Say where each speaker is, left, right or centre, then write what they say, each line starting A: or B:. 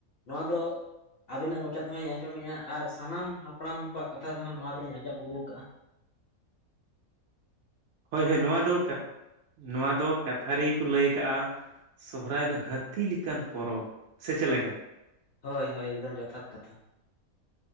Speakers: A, on the left; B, on the right.
A: ᱱᱚᱣᱟ ᱫᱚ ᱟᱵᱤᱱᱟ-ᱜ ᱢᱚᱪᱟ ᱛᱮᱦᱚᱧᱸ ᱟᱸᱡᱚᱢᱮᱫᱼᱟ᱾ ᱟᱨ ᱥᱟᱱᱟᱢ ᱦᱟᱯᱲᱟᱢ ᱠᱚᱣᱟ-ᱜ ᱠᱟᱛᱷᱟ ᱛᱮᱦᱚᱸ ᱱᱚᱣᱟ ᱜᱮᱞᱤᱧ ᱟᱸᱡᱚᱢ, ᱟᱹᱜᱩᱣ ᱠᱟᱜᱼᱟ᱾
B: ᱦᱳᱭ, ᱦᱳᱭ ᱱᱚᱣᱟ ᱫᱚ - ᱱᱚᱣᱟ ᱫᱚ ᱠᱟᱛᱷ ᱠᱟᱛᱷᱟᱨᱤ ᱠᱚ ᱞᱟᱹᱭ ᱠᱟᱜᱼᱟ᱾ ᱥᱚᱦᱨᱟᱭ ᱫᱚ ᱦᱟᱹᱛᱤ ᱞᱮᱠᱟᱱ ᱯᱚᱨᱚᱵᱽ ᱥᱮ ᱪᱮᱫ ᱞᱮᱠᱟ?
A: ᱦᱳᱭ, ᱦᱳᱭ ᱮᱠᱫᱚᱢ ᱡᱚᱛᱷᱽᱟᱛ ᱠᱟᱛᱷᱟ᱾